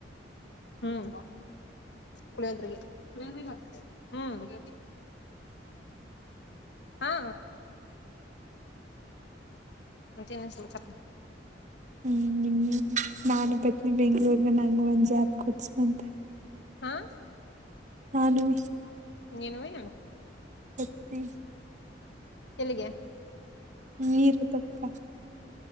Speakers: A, on the left (about 70°); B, on the right (about 40°).
A: ಹ್ಮ್ ಕುಳಿಯದ್ರಿಗೆ ಹ್ಮ್ ಹಾ ದಿನ ಸಂಚ
B: ಹ್ಮ್ ನಿನ್ನ ನಾನೇ ಪತ್ನಿ ಬೆಂಗ್ಳೂರ್ಗ ನಂಗ ಒಂದ್ ಜಾಬ್ ಕೊಟ್ಸ್ ಮಂತೆ
A: ಹಾ
B: ಹಾ ನಮ
A: ನ್ವೇ
B: ಹೆ
A: ಎಲ್ಲಿಗೆ
B: ಮೀರುದಪ್ಪ